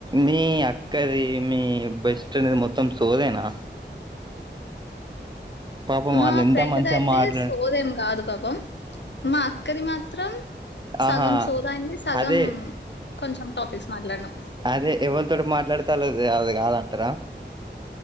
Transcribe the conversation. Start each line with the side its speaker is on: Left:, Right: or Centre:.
Right: మీ అక్కది మీ బెస్ట్ ఫ్రెండ్ది మొత్తం సోదేనా పాపం
Left: మా
Right: వాళ్ళు ఎంత
Left: ఫ్రెండ్
Right: మంచిగా
Left: దైతే
Right: మాట్లా
Left: సోదెంగాదు బాబ్ బా మా అక్కది మాత్రం సగం
Right: ఆహా
Left: సోదైన్ది సగం
Right: అదే
Left: కొంచెం టాపిక్స్ మాట్లాడినమ్
Right: అదే ఎవరితోటి మాట్లాడితలేదు అవి కాదంటారా